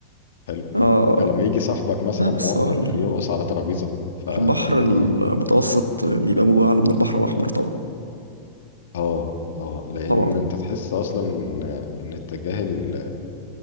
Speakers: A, on the left; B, on the right.
A: حلو
B: اه
A: فلما يجي صاحبك مثلا
B: لا بس
A: موقر
B: هو ال-
A: يرقص على ترابيزه فلا
B: البحر المتوسط
A: يعني
B: بيبقى موجه أعلى من البحر الأحمر طبعا
A: اه اه لان
B: طبعا
A: انت تحس اصلا ان إن اتجاه ال-